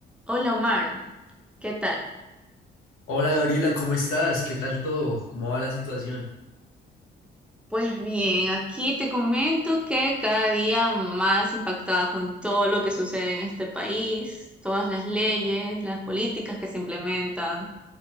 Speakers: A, in the centre; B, on the left.
A: Hola Omar, ¿qué tal?
B: Hola Gabriela, ¿cómo estás? ¿Qué tal todo? ¿Cómo va la situación?
A: Pues bien, aquí te comento que cada día más impactada con todo lo que sucede en este país, todas las leyes, las políticas que se implementan,